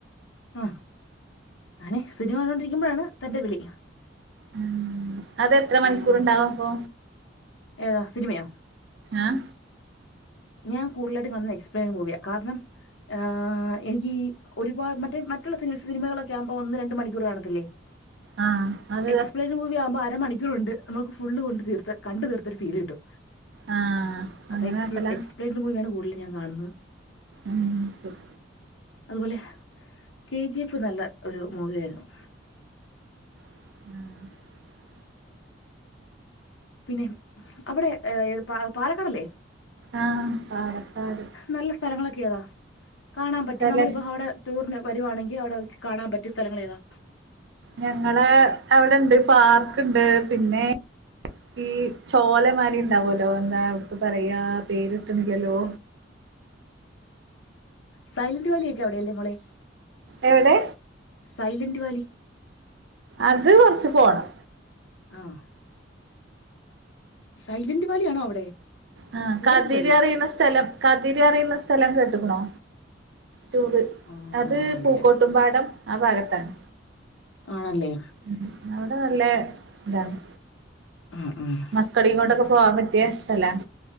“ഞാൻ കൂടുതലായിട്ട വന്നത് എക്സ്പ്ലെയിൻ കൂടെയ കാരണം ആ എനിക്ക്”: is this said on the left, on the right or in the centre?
Left